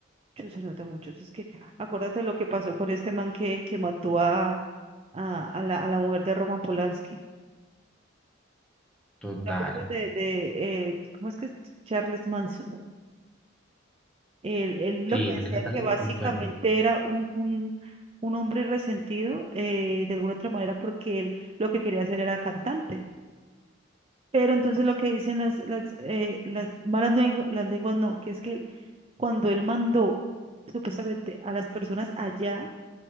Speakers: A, on the right; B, in the centre.
A: Yo se nota mucho, es que acuérdate lo que pasó con este man que, que mató a, a, a la, a la mujer de Roman Polanski.
B: Total.
A: ¿Te acuerdas de, de eh, cómo es que es Charles Manson? Él, él
B: Sí,
A: lo que
B: e-,
A: decía
B: ese caso
A: que
B: es
A: básicamente
B: muy fuerte.
A: era un, un, un hombre resentido eh, de alguna otra manera porque él lo que quería hacer era cantante. Pero entonces lo que dicen las, las, eh, las malas lengu- las lenguas no, que es que cuando él mandó supuestamente a las personas allá